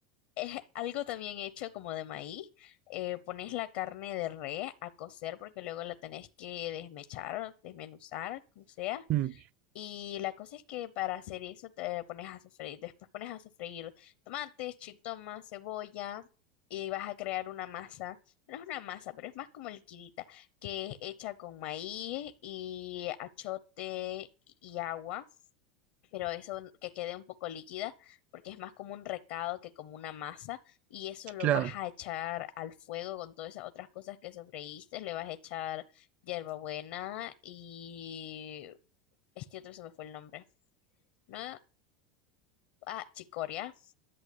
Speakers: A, on the left; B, on the right.
A: es algo también hecho como de maíz. eh, pones la carne de res a cocer porque luego la tenés que desmechar, desmenuzar, como sea.
B: <laughs> mm,
A: Y la cosa es que para hacer eso te pones a sofreír. Después pones a sofreír tomates, chitoma, cebolla. Y vas a crear una masa. No es una masa, pero es más como liquidita, que es hecha con maíz y achote y agua pero eso que quede un poco líquida, porque es más como un recado que como una masa, y eso lo
B: claro.
A: vas a echar al fuego con todas esas otras cosas que sofreíste, le vas a echar hierbabuena y este otro se me fue el nombre, ¿no? Ah, chicoria